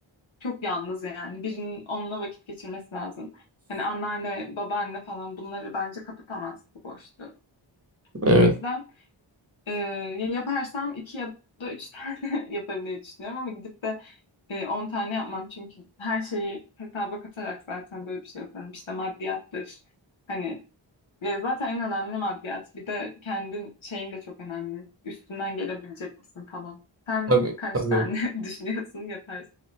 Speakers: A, on the left; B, on the right.
A: çok yalnız yani. Birinin onunla vakit geçirmesi lazım. Hani anneanne, babaanne falan bunları bence kapatamaz bu boşluğu.
B: Evet.
A: O yüzden e, ya yaparsam iki ya da üç <laughs> tane yaparım diye düşünüyorum ama gidip de e, 10 tane yapmam çünkü her şeyi hesaba katarak zaten böyle bir şey yaparım. İşte maddiyattır. Hani ya zaten en önemli maddiyat. Bir de kendin şeyin de çok önemli. Üstünden gelebilecek misin falan. Sen
B: Tabii
A: kaç
B: tabii.
A: tane <laughs> düşünüyorsun yaparsın.